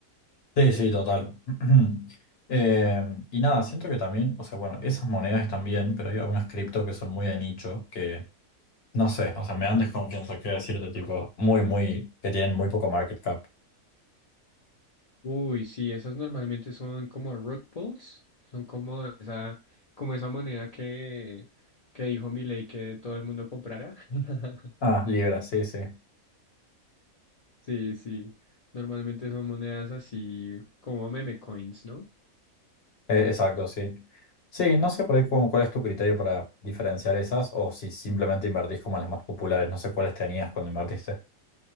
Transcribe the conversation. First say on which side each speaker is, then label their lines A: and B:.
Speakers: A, on the left; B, on the left.
A: Sí, sí, total. <clears throat> Eh, y nada, siento que también, o sea, bueno, esas monedas están bien, pero hay algunas cripto que son muy de nicho, que no sé, o sea, me dan desconfianza, quiero decirte, tipo, muy, muy, que tienen muy poco market cap.
B: Uy, sí, esas normalmente son como rock balls, son como esa, como esa moneda que, que dijo Milei que todo el mundo comprara. <laughs>
A: Ah, Libra, sí, sí.
B: Sí, sí, normalmente son monedas así como meme coins, ¿no?
A: Eh, exacto, sí. Sí, no sé por ahí cómo- cuál es tu criterio para diferenciar esas o si simplemente invertís como en las más populares. No sé cuáles tenías cuando invertiste.